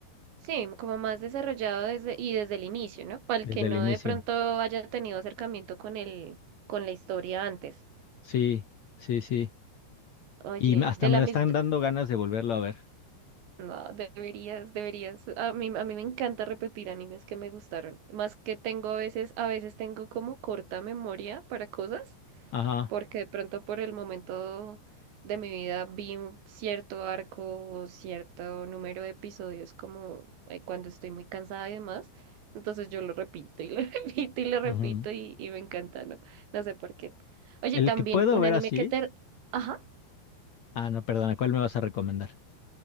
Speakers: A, on the right; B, on the left.
A: Sí, como más desarrollado desde, y desde el inicio, ¿no? Para
B: desde
A: el que no
B: el inicio.
A: de pronto haya tenido acercamiento con el, con la historia antes.
B: Sí, sí, sí.
A: Oye,
B: Y me- hasta
A: de
B: me
A: la misma...
B: están dando ganas de volverlo a ver.
A: No, deberías, deberías. A mí, a mí me encanta repetir animes que me gustaron. Más que tengo a veces, a veces tengo como corta memoria para cosas,
B: Ajá.
A: porque de pronto por el momento de mi vida vi un cierto arco o cierto número de episodios como eh, cuando estoy muy cansada y demás. Entonces yo lo repito y lo <laughs> repito y lo repito
B: ujú.
A: y, y me encanta, ¿no? No sé por qué. Oye,
B: El
A: también
B: que puedo
A: un
B: ver
A: anime
B: así.
A: que te... Ajá.
B: Ah, no, perdona, ¿cuál me vas a recomendar?